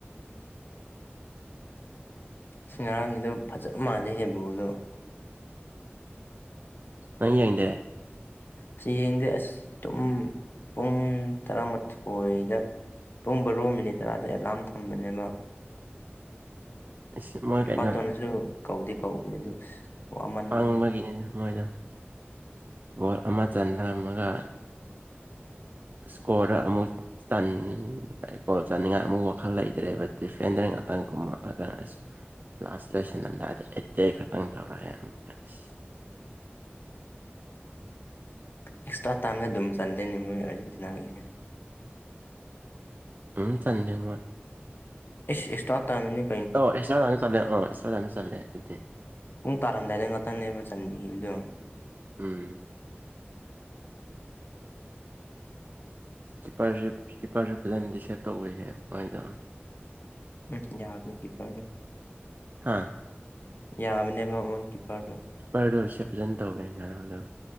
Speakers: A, on the left; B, on the right.
A: ꯑ ꯉꯔꯥꯡꯒꯤꯗꯣ ꯐꯖꯕ ꯃꯥꯜꯂꯦ ꯍꯦ ꯕꯣꯜꯗꯣ
B: ꯅꯪ ꯌꯦꯡꯗꯦ
A: ꯑꯁꯤ ꯌꯦꯡꯗꯦ ꯑꯁ ꯇꯨꯝ ꯄꯨꯡ ꯇꯔꯥꯃꯥꯊꯣꯏꯗ ꯄꯨꯡ ꯃꯤꯅꯤꯠ ꯇꯔꯥꯗ ꯑꯦꯂꯥꯔꯝ ꯊꯝꯕꯅꯦꯕ
B: ꯑꯁ ꯃꯣꯏ
A: ꯏꯄꯥꯇꯣꯟꯁꯨ
B: ꯀꯩꯅꯣ
A: ꯀꯧꯗꯦ ꯀꯧꯕꯅꯤ ꯑꯗꯨ ꯋꯥꯃꯟꯕ
B: ꯄꯪꯕꯒꯤꯅꯤ ꯃꯣꯏꯗ ꯑꯣꯔ ꯑꯃ ꯆꯟꯅꯔꯝꯃꯒ ꯏꯁꯀꯣꯔꯗ ꯑꯃꯨꯛ ꯏꯁꯇꯟ ꯒꯣꯜ ꯆꯥꯅꯤꯡꯉꯥꯏ ꯑꯃꯨꯛ ꯋꯥꯈꯜ ꯂꯩꯇ꯭ꯔꯦꯕ ꯗꯤꯐꯦꯟꯗꯔ ꯉꯥꯛꯇꯪ ꯀꯨꯝꯃꯛꯑꯒ ꯑꯁ ꯂꯥꯁ ꯂꯣꯏꯁꯟ ꯑꯝꯗꯥꯏꯗ ꯑꯩꯠꯇꯦ ꯈꯛꯇꯪ ꯇꯧꯔꯛꯑꯦ ꯃꯣꯢ ꯑꯁ
A: ꯑꯦꯛꯁꯇ꯭ꯔꯥ ꯇꯥꯏꯝꯅ ꯑꯗꯨꯝ ꯆꯜꯂꯦꯅꯦ ꯃꯣꯏ ꯑꯥꯖꯦꯟꯇꯤꯅꯥꯒꯤꯁꯦ
B: ꯎꯝ ꯆꯟꯗꯦ ꯃꯣꯏ
A: ꯏꯁ ꯑꯦꯛꯁꯇ꯭ꯔꯥ ꯇꯥꯢꯝꯅꯤꯅꯦ
B: ꯑꯣ ꯑꯦꯁ꯭ꯔꯥꯒꯗ ꯆꯠꯂꯦ ꯑꯣ ꯑꯦꯁ꯭ꯔꯥꯒꯗ ꯆꯂꯦ ꯑꯩꯗꯤ
A: ꯄꯨꯡ ꯇꯥꯔꯥꯝꯗꯥꯏꯗ ꯉꯥꯛꯇꯪꯅꯦꯕ ꯆꯥꯟꯕꯤꯈꯤꯕꯗꯣ
B: ꯎꯝ ꯀꯤꯞꯄꯔꯁꯤꯞ ꯀꯤꯞꯄꯔꯁꯤꯞ ꯐꯖꯅꯗꯤ ꯁꯦꯞ ꯇꯧꯋꯤꯍꯦ ꯃꯥꯏꯗꯣ
A: ꯎꯝ ꯌꯥꯕꯅꯤ ꯀꯤꯄ꯭ꯔꯗꯣ
B: ꯍꯥꯥ
A: ꯌꯥꯕꯅꯦꯕ ꯃꯣꯢ ꯀꯤꯄ꯭ꯔꯗꯣ
B: ꯀꯤꯄꯔꯗꫭ ꯁꯦ ꯐꯖꯅ ꯇꯧꯋꯦ ꯉꯔꯥꯡ ꯑꯗ